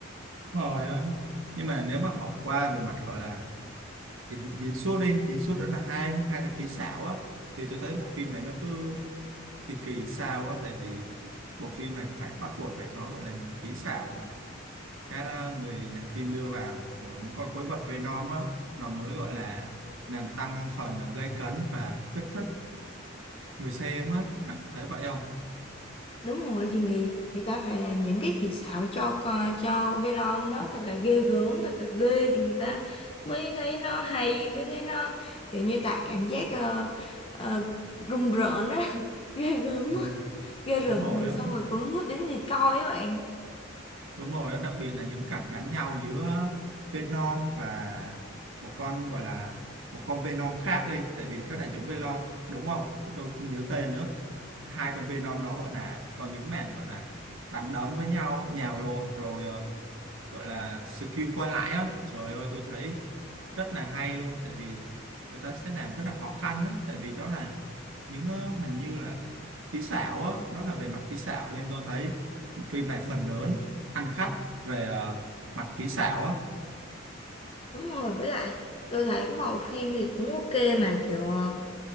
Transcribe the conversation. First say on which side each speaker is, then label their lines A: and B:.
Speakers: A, on the right; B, on the left.
A: Đúng rồi á nhưng mà nếu mà bỏ qua về mặt gọi là diễn diễn xuất đi diễn xuất đó là hai hai là kỹ xảo á thì tôi thấy bộ phim này nó cứ kỳ kỳ sao á tại vì bộ phim này phải bắt buộc phải có gọi là những kỹ xảo mà các ờ, người làm phim đưa vào của những con quái vật Venom á nó mới gọi là làm tăng phần à, gây cấn và kích thích người xem á bạn thấy vậy không
B: Đúng rồi thì người, người ta phải làm những cái kỳ xảo cho co- cho Velom đó thật là ghê gớm thật là ghê thì người ta mới thấy nó hay mới thấy nó kiểu như tạo cảm giác ờ, ờ, rùng rợn á <laughs> ghê gớm
A: Ừ,
B: á ghê rợn
A: đúng rồi
B: rồi
A: á
B: xong rồi cuốn hút đến người coi ấy bạn
A: Đúng rồi, đó, đặc biệt là những cảnh đánh nhau giữa Venom và một con gọi là một con Venom khác đi, tại vì có đại chúng Venom đúng không? Tôi không nhớ tên nữa. Hai con Venom đó gọi là còn những màn gọi là đánh đấm với nhau, nhào lộn rồi ờ, gọi là skill qua lại á. Trời ơi, tôi thấy rất là hay luôn tại vì người ta sẽ làm rất là khó khăn đó tại vì đó là những ờ, hình như là kỹ xảo á đó là về mặt kỹ xảo nên tôi thấy phim này phần lớn ăn khách về ờ, mặt kỹ xảo á
B: đúng rồi với lại tôi thấy màu phim thì cũng ok mà kiểu ờ,